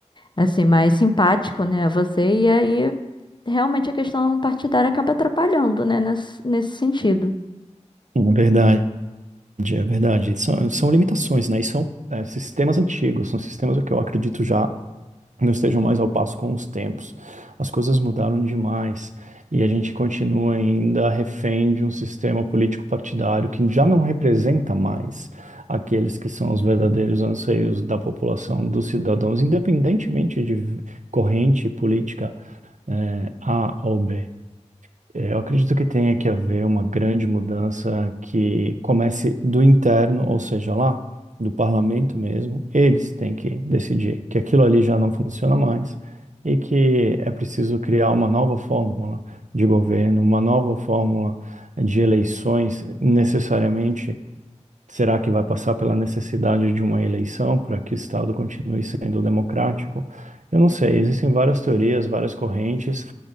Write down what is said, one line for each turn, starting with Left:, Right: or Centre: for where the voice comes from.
Left: assim, mais simpático, né, a você, e aí realmente a questão partidária acaba atrapalhando, né, nesse, nesse sentido.
Right: é verdade, é verdade. São, são limitações, né? E são, é, sistemas antigos, são sistemas que eu acredito já não estejam mais ao passo com os tempos. As coisas mudaram demais e a gente continua ainda refém de um sistema político partidário que já não representa mais aqueles que são os verdadeiros anseios da população, dos cidadãos, independentemente de corrente política eh, A ou B. É, Eu acredito que tenha que haver uma grande mudança que comece do interno, ou seja, lá do parlamento mesmo. Eles têm que decidir que aquilo ali já não funciona mais e que é preciso criar uma nova fórmula de governo, uma nova fórmula de eleições. Necessariamente, será que vai passar pela necessidade de uma eleição para que o Estado continue sendo democrático? Eu não sei, existem várias teorias, várias correntes.